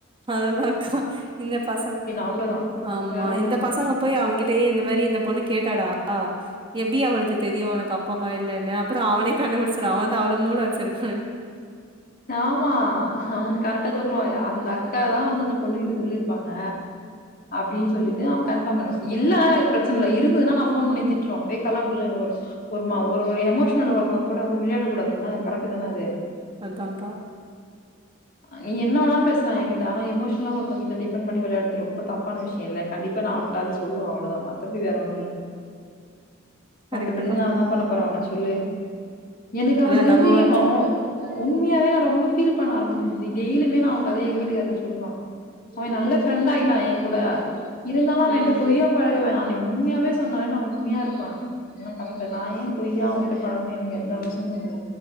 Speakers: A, on the right (about 25°); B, on the left (about 45°).
A: அதுதாங்கா இந்த பசங்
B: அவ்ளோதான்
A: ஆமா
B: வேற ஒண்ணும்
A: இந்த
B: இல்ல
A: பசங்க போய் அவுங்கிட்டயே இந்த மாரி இந்த பொண்ணு கேட்டாடா எப்டி அவளுக்கு தெரியு உனக்கு அப்பா அம்மா இல்லன்னு அப்புறோ அவனே கண்டுபிடிச்சிறா அவன் தா அவ்ளோ மூல வச்சிருக்கானே
B: ஆமா அவனுக் கரெக்டா சொல்ருவா அந்த அக்கா தா வந்து அந்த பொண்ணு கிட்ட சொல்லியிருப்பாங்க அப்டின் சொல்லிட்டு அவ கன்பாம் பண்ணுவா இல்ல பிரச்சனை இல்ல இருந்துசுன்னா நா ஃபோன் பண்ணி திட்றோ ஃபேக்காலா அப்டிலா எதுவு ஒரு மா ஒரு எமோஷனல் ஒருத்தங்கூட வந்து விளையாடக் கூடாதுன்ன கரெக்ட்டு தானே அது
A: அதாங்கா
B: நீங்க என்ன வேணாலு பேசலா என்கிட்ட ஆனா எமோஷனலா ஒருத்தங்கிட்ட டிபண்ட் பண்ணி விளையாட்றது ரொம்ப தப்பான விஷய இல்ல கண்டிப்ப நா அவ ட்டான் சொல்லுவா அவ்ளோ தா மத்தபடி வேற ஒன்னு இல்ல
A: கரெக்ட்டுக்கா
B: மத்தபடி நா என்ன பண்ண போறே அவன சொல்லி எனக்கு
A: அதா
B: அதுல இருந்து
A: நம்ம வந்து
B: இவ உண்மையாவே ரொம்ப ஃபீல் பண்ண ஆரம்பி டெ டி டெய்லியுமே நா அவ கதைய எ வீட்டுக்காரட்ட சொல்வா அவ நல்ல ஃப்ரெண்ட் ஆயிட்டா எ கூட இருந்தாலு அவ
A: ம்
B: என்ட்ட பொய்யா பழக வேணா நீ உண்மையாவே சொன்னாலே நா உண்மையா இருப்பே என்ன பண்ற நா ஏ பொய்யா அவுகிட்ட பழகனு எனக்கு எந்த அவசியமு இல்ல